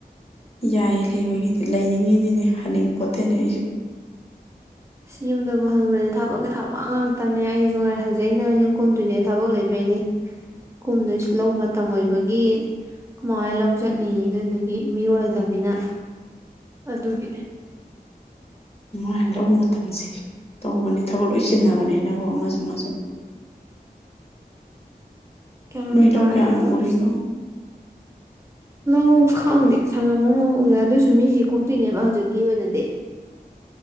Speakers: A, on the left; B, on the right.
A: ꯌꯥꯏ ꯂꯩꯕꯒꯤꯗꯤ ꯂꯩꯅꯤꯡꯉꯤꯅꯤꯅꯦ ꯍꯟꯅꯤꯡ ꯄꯣꯠꯇꯦꯅꯦ ꯑꯩꯁꯨ
B: ꯁꯤ ꯌꯨꯝꯗꯕꯨ ꯍꯪꯉꯨꯔꯗꯤ ꯊꯕꯛꯀꯤ ꯊꯕꯛ ꯉꯥꯛꯇꯅꯦ ꯑꯩꯁꯨ ꯉꯥꯏ ꯍꯧꯖꯤꯛ ꯑꯩꯅ ꯌꯨꯝ ꯀꯨꯝꯗꯨꯏꯖ‌ꯦ ꯊꯕꯛ ꯂꯩꯕꯩꯅꯤ ꯀꯨꯝꯗ‌ꯣꯏꯁ ꯂꯧ ꯃꯇꯝ ꯑꯣꯏꯕꯒꯤ ꯈ‌ꯣꯏꯃꯥꯍ‌ꯣꯏ ꯂꯧ ꯆꯠꯅꯤ ꯑꯗꯨꯗꯨꯒꯤ ꯃꯤꯔꯣꯜ ꯂꯩꯇꯕꯅꯤꯅ ꯑꯗꯨꯒꯤ
A: ꯏꯃꯥꯏ ꯂꯧ ꯃꯇꯝꯁ‌ꯦ ꯇꯧꯕꯅꯤ ꯊꯕꯛ ꯂꯣꯏ ꯆꯤꯟꯅꯕꯅꯤꯅꯀꯣ ꯑꯃꯁꯨ ꯑꯃꯁꯨ
B: ꯒ꯭ꯌꯥꯟ
A: ꯅꯣꯏ
B: ꯃꯦꯟ
A: ꯂꯧ
B: ꯇꯥꯗꯦ
A: ꯀꯌꯥꯝ
B: ꯇꯧꯔꯤꯁꯦ
A: ꯎꯔꯤꯅꯣ
B: ꯂꯧ ꯈꯪꯗꯦ ꯁꯪꯉꯝ ꯑꯃꯃꯨꯛ ꯎꯏꯔ ꯑꯗꯨꯏꯁꯨ ꯃꯤꯒꯤ ꯀꯨꯝꯗꯨꯏꯅꯦꯕ ꯍꯧꯖꯤꯛꯀꯤ ꯑꯣꯏꯅꯗꯤ